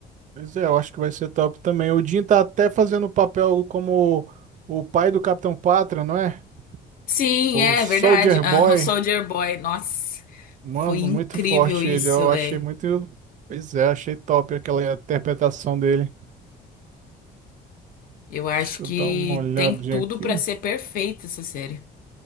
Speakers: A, on the right; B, on the left.
A: pois é, eu acho que vai ser top também. O Jim tá até fazendo o papel como o pai do Capitão Pátria, não é?
B: Sim,
A: O
B: é
A: Soldier
B: verdade. Ah,
A: Boy.
B: o Soldier Boy, nossa,
A: Mano,
B: foi incrível
A: muito forte
B: isso,
A: ele. Eu
B: velho.
A: achei muito. Pois é, achei top aquela interpretação dele.
B: Eu acho
A: Deixa
B: que
A: eu dar uma olhadinha
B: tem tudo
A: aqui.
B: pra ser perfeita essa série.